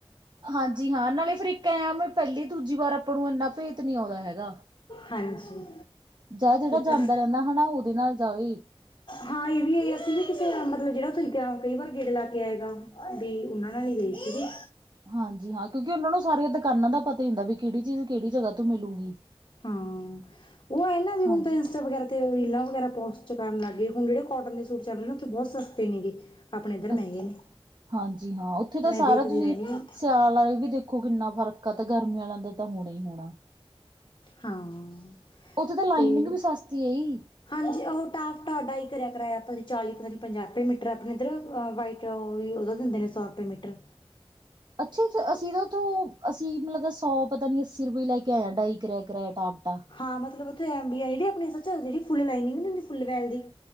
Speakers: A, on the right; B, on the left.
A: ਹਾਂਜੀ ਹਾਂ ਨਾਲੇ ਫਿਰ ਇੱਕ ਐੰ ਪਹਿਲੀ-ਦੂਜੀ ਵਾਰ ਆਪਾਂ ਨੂੰ ਇੰਨਾ ਭੇਤ ਨਹੀਂ ਆਉਂਦਾ ਹੈਗਾ।
B: ਹਾਂਜੀ
A: ਜਾ ਜਿਹੜਾ
B: ਇਹ
A: ਜਾਂਦਾ
B: ਤਾਂ ਹੈ
A: ਰਹਿੰਦਾ ਹੈਨਾ ਉਹਦੇ ਨਾਲ ਜਾਵੇ।
B: ਹਾਂ ਇਹ ਵੀ ਹੈ ਅਸੀਂ ਵੀ ਕਿਸੇ ਮਤਲਬ ਜਿਹੜਾ ਤੁਸੀਂ ਕ <unintelligible> ਕਈ ਵਾਰ ਗੇਟ ਲਾ ਕੇ ਆਏਗਾ ਵੀ ਉਹਨਾਂ ਨਾਲ ਹੀ ਗਏ ਸੀਗੇ।
A: ਹਾਂਜੀ ਹਾਂ ਕਿਉਂਕਿ ਉਹਨਾਂ ਨੂੰ ਸਾਰੀਆਂ ਦੁਕਾਨਾਂ ਦਾ ਪਤਾ ਹੀ ਹੁੰਦਾ ਵੀ ਕਿਹੜੀ ਚੀਜ਼ ਕਿਹੜੀ ਜਗ੍ਹਾ ਤੋਂ ਮਿਲੂਗੀ
B: ਹਾਂ ਉਹ ਇਹਨਾਂ ਵੀ ਹੁਣ
A: ਹਾਂਜੀ
B: ਤ ੲੰਸਟਾ ਵਗੈਰਾ ਤੇ ਰੀਲਾਂ ਵਗੈ ਪੌਸਟਚ ਕਰਨ ਲੱਗ ਏ ਹੁਣ ਜਿਹੜੇ ਕੋਟਨ ਦੇ ਸੂ ਚਲ ਰਹੇ ਊਥੇ ਬਹੁਤ ਸਾਸਤੇ ਨੀ ਗੇ ਆਪਣੇ ਇੱਧਰ ਮਹਿੰਗੇ
A: ਅੱਛਾ
B: ਨੇ।
A: ਹਾਂਜੀ ਹਾਂ ਉੱਥੇ ਤਾਂ
B: ਮੈਂ
A: ਸਾਰਾ
B: ਦੇਖਦੀ
A: ਤੁਸੀਂ
B: ਰਹਿੰਦੀ ਹਾਂ
A: ਸਿਅਲ ਵਾਲੇ ਵੀ ਦੇਖ ਦੇਖੋ ਕਿੰਨਾ ਫਰਕ ਆ ਤੇ ਗਰਮੀ ਵਾਲਿਆਂ ਦਾ ਤਾਂ ਹੋਣਾ ਹੀ ਹੋਣਾ।
B: ਹਾਂ
A: ਉੱਥੇ ਤਾਂ ਲਾਈਨਿੰਗ
B: ਤੇ
A: ਵੀ ਸਸਤੀ ਅਈ।
B: ਹਾਂਜੀ ਉਹ ਟਾਫਟਾ ਡਾਈ ਕਰਿਆ ਕਰਾਇਆ ਆਪ ਚਾਲੀ ਪਤਾ ਨ ਪੰਜਾਹ ਰੁਪਏ ਮੀਟਰ ਆਪਣੇ ਇੱਧਰ ਵਾਈਟ ਓ ਵੀ ਉਦਾ ਦਿੰਦੇ ਨੇ ਸੌ ਰੁਪਏ ਮੀਟਰ।
A: ਅੱਛਾ-ਅੱਛਾ, ਅਸੀਂ ਤਾਂ ਓਥੋ ਅਸੀਂ ਮਤਲਬ ਦਾ ਸੌ ਪਤਾ ਨੀ ਅੱਸੀ ਰੁਪਏ ਲੈ ਕੇ ਕਰਾਆ ਡਾਈ ਕਰਿਆ ਕਰਆ ਟਫਟਾ।
B: ਹਾਂ ਮਤਲਬ ਉੱਥੇ ਐਬੀਆਈ ਆਪੱਚਿ ਫੁੱਲ ਲਾਈਨਿੰਗੁੰ ਨੀ ਹੁਦੀ ਫੁੱਲ ਵੈਲ ਦੀ